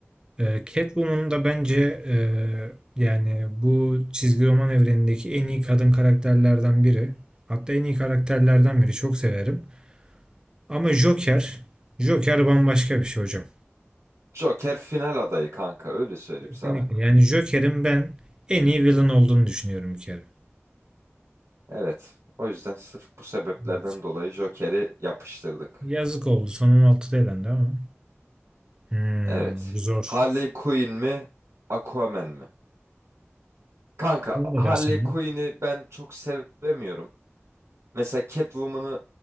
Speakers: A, on the right; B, on the right.
A: E, Catwoman da bence e, yani bu çizgi roman evrenindeki en iyi kadın karakterlerden biri. Hatta en iyi karakterlerden biri. Çok severim. Ama Joker, Joker bambaşka bir şey hocam.
B: <laughs> Joker final adayı kanka öyle söyleyeyim
A: Kesinlikle.
B: sana.
A: Yani Joker'in ben en iyi villain olduğunu düşünüyorum bir kere.
B: Evet. O yüzden sırf bu sebeplerden
A: Evet.
B: dolayı Joker'i yapıştırdık.
A: Yazık oldu. Sonun altıda elendi ama. Hmm,
B: Evet.
A: bu zor.
B: Harley Quinn mi? Aquaman mi? Kanka
A: Sen ne
B: Harley
A: dersin?
B: Quinn'i ben çok sevemiyorum. Mesela Catwoman'ı